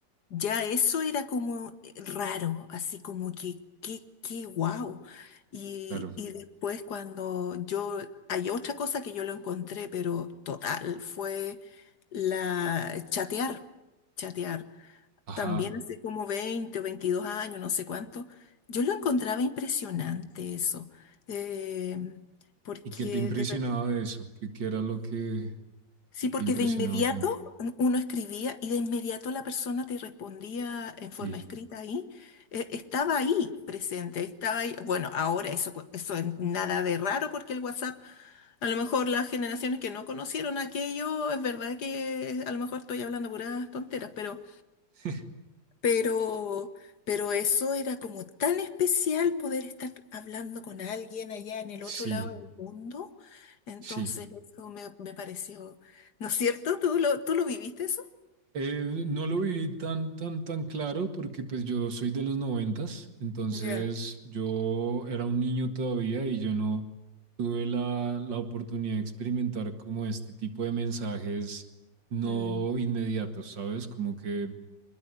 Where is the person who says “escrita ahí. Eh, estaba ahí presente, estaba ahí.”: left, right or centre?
Left